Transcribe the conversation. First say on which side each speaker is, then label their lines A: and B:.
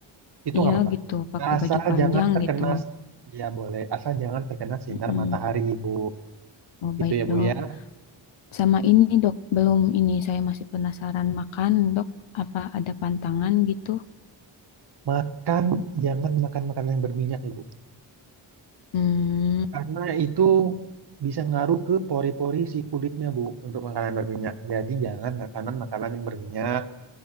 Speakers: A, on the right (about 55°); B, on the left (about 75°).
A: itu
B: Iya
A: nggak apa-apa.
B: gitu pakai
A: Asal
B: baju panjang
A: jangan terkena,
B: gitu.
A: ya boleh. Asal jangan terkena sinar
B: Mm-mm.
A: matahari, Ibu.
B: Oh baik
A: Itu ya,
B: dok.
A: Bu ya.
B: Sama ini dok belum ini saya masih penasaran makan dok. Apa ada pantangan gitu?
A: Makan, jangan makan makanan yang berminyak, Ibu.
B: Hmm,
A: Karena itu bisa ngaruh ke pori-pori si kulitnya, Bu, untuk makanan berminyak. Jadi jangan makanan-makanan yang berminyak,